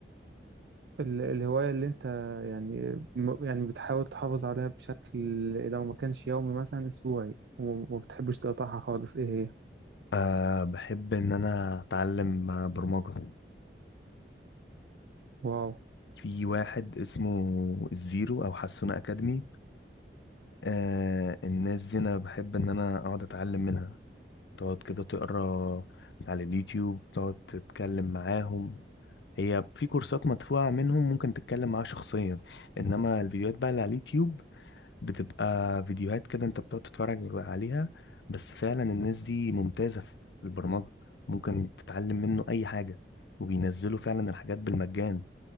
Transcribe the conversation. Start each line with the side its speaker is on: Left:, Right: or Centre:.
Right: ال الهوايه اللي انت يعني م- يعني بتحاول تحافظ عليها بشكل لو ما كانش يومي مثلا اسبوعي وما وما بتحبش تقطعها خالص ايه هي
Left: آه بحب ان انا اتعلم برمجة
Right: واو
Left: في واحد اسمه الزيرو او حسونة اكاديمي آه الناس دي انا بحب ان انا اقعد اتعلم منها تقعد كده تقرا على اليوتيوب تقعد تتكلم معاهم هي في كورسات مدفوعة منهم ممكن تتكلم معاها شخصيا انما الفيديوهات بقى اللي على اليوتيوب بتبقى فيديوهات كده انت بتقعد تتفرج عليها بس فعلا الناس دي ممتازة في البرمجة ممكن تتعلم منه اي حاجة وبينزلوا فعلا الحاجات بالمجان